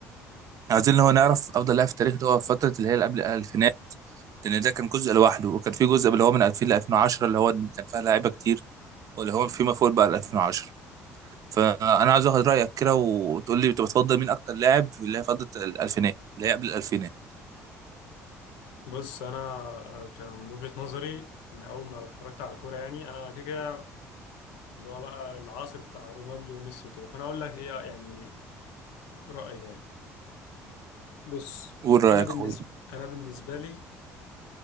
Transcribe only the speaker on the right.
عايزين اللي هو نعرف افضل لاعب في التاريخ اللي هو في فتره اللي هي اللي قبل الالفينات لان ده كان جزء لوحده وكان في جزء اللي هو من 2000 ل 2010 اللي هو كان فيها لعيبه كتير واللي هو فيما فوق بقى ل 2010 فانا عايز اخد رايك كده وتقول لي انت بتفضل مين اكتر لاعب في اللي هي فتره الالفينات اللي هي قبل الالفينات
قول رايك
يا اخويا